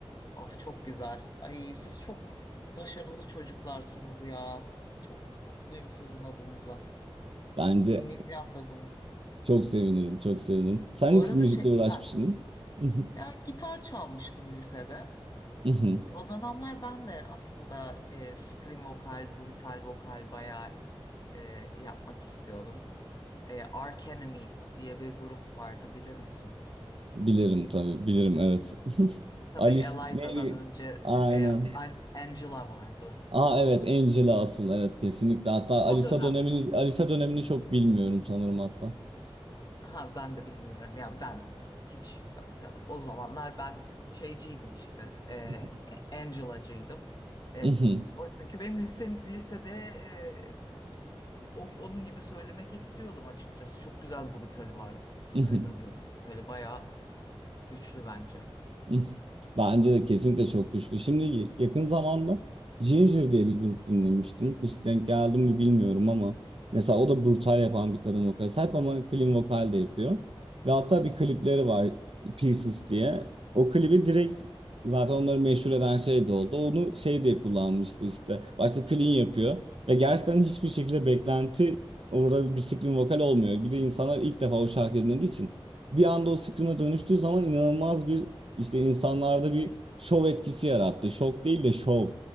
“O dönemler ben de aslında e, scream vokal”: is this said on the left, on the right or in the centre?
Left